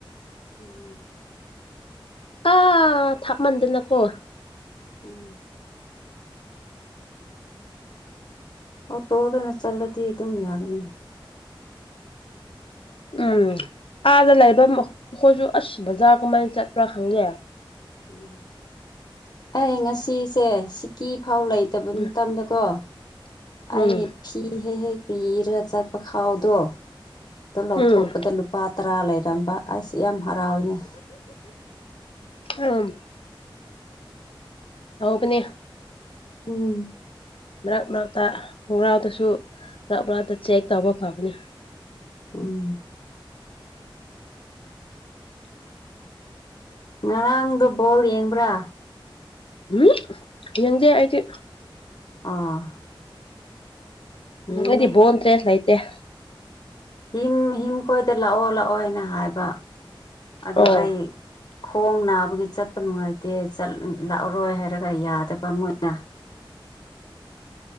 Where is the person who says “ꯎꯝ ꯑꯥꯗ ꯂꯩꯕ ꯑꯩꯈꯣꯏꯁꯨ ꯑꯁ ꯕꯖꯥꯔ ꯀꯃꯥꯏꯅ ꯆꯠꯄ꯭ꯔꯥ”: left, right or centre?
Left